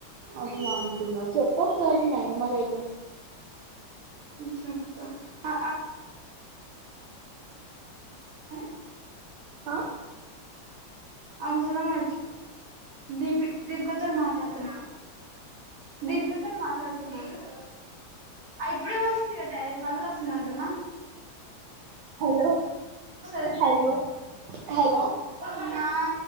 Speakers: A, on the right (about 70°); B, on the right (about 50°).
A: అట్లా అంటున్న చెప్పు ఒకసారి <unintelligible> అయితే
B: చెప్త ఆ <unintelligible>
A: ఆ
B: ఆ ముసలామె దీపిక తోని మాట్లాడుతున్న దీపిక తోని మాట్లాడుతున్న <unintelligible> ఆ ఇప్పుడే పో వచ్చింది <unintelligible> మళ్ళీ వస్తుందంటున్న
A: హలో
B: <unintelligible>
A: హలో హలో
B: ఆ